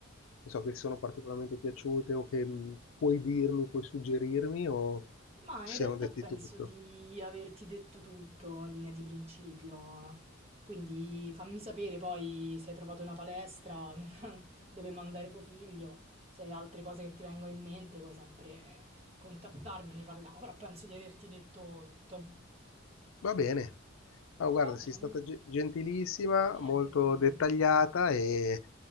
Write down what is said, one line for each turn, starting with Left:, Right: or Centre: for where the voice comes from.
Left: non so che ti sono particolarmente piaciute o che mh, puoi dirmi, puoi suggerirmi o
Right: ma
Left: ci
Right: in
Left: siamo
Right: realtà
Left: detti
Right: penso
Left: tutto.
Right: di averti detto tutto in linea di principio. Quindi fammi sapere poi se hai trovato una palestra, <laughs> dove mandare tuo figlio, se hai altre cose che ti vengono in mente puoi sempre contattarmi e ne parliamo, però penso di averti detto tutto.
Left: Va bene. Allora,
Right: Va
Left: guarda, sei
Right: bene,
Left: stata ge- gentilissima,
Right: niente,
Left: molto
Right: figurati.
Left: dettagliata e